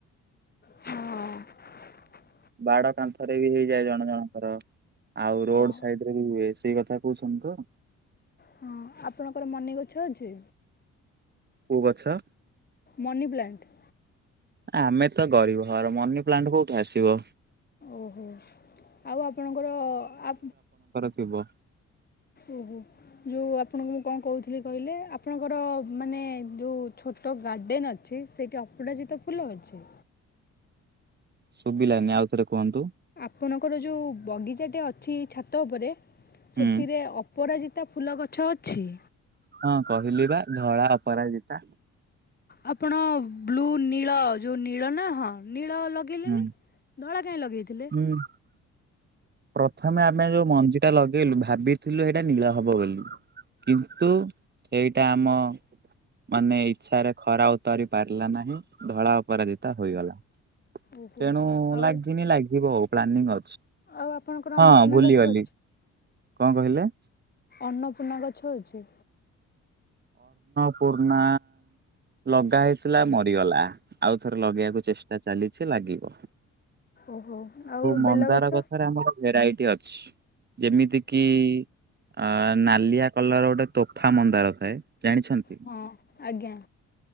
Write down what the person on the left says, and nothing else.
ହଁ
ହଁ
ହଁ ଆପଣଙ୍କର ମନିଗଛ ଅଛି।
ମନି ପ୍ଲାନଟ
ଓହୋ ଆଉ ଆପଣଙ୍କର ଆ
ଓହୋ ଯୋଉ ଆପଣଙ୍କୁ କଣ କହୁଥିଲି କହିଲେ ଆପଣଙ୍କର ମାନେ ଯେଉ ଛୋଟ ଗାର୍ଡ଼େନ୍ ଅଛି ସେଇଠି ଅପରାଜିିତ ଫୁଲ ଅଛି।
ଆପଣଙ୍କର ଯୋଉ ବଗିଚା ଟେ ଅଛି ଛାତ ଉପରେ
ସେଥିରେ ଅପରାଜି କେତେ ଫୁଲ ଗଛ ଅଛି।
ଆପଣ ବ୍ଲୁ ନୀଳ ଯୋଉ ନୀଳ ନା ହଁ। ନୀଳ ଲଗେଇଲେନି
ଧଳା କାଇହିଁ ଲଗେଇଥିଲେ।
ଓହୋ
ଆଉ
ଆଉ ଆପଣଙ୍କର ଅନ୍ନପୂର୍ଣ୍ଣା
ଗଛ ଅଛି
ଅନ୍ନପୂର୍ଣ୍ଣା ଗଛ ହେଉଛି।
ଓହୋ। ଆଉ
ବେଲଗଛ।
ହଁ ଆଜ୍ଞା।